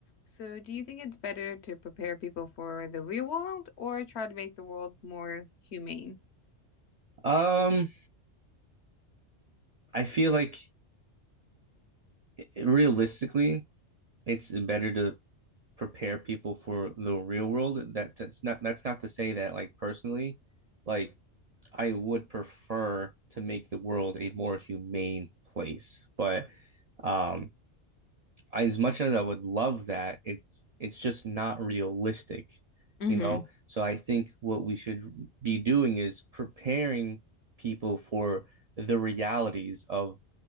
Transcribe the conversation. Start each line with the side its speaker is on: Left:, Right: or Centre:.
Left: So, do you think it's better to prepare people for the real world or try to make the world more humane?
Right: Um, I feel like realistically, it's better to prepare people for the real world. That that's not that's not to say that like personally, like I would prefer to make the world a more humane place. But um, I, as much as I would love that, it's it's just not realistic,
Left: Mm-hmm.
Right: you know? So I think what we should be doing is preparing people for the realities of